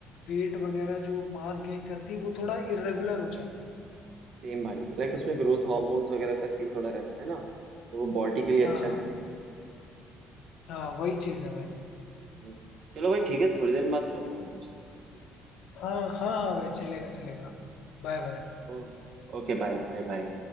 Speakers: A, on the left (about 75°); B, on the right (about 60°).
A: वेट वगैरह जो मास गेन करती है वो थोड़ा इरेगुलर हो जाता है
B: सेम भाई लाइक उसमें ग्रोथ हार्मोन्स वगैरह का सीन थोड़ा रहता है ना तो वो बॉडी के लिए
A: हाँ
B: अच्छा नहीं
A: हाँ
B: है
A: हाँ वही चीज है भाई
B: तो- चलो भाई ठीक है थोड़ी देर में बात करता हूँ तुमसे
A: हाँ हाँ हाँ भाई चलेगा चलेगा Bye bye
B: ओ ओके बाय बाय बाय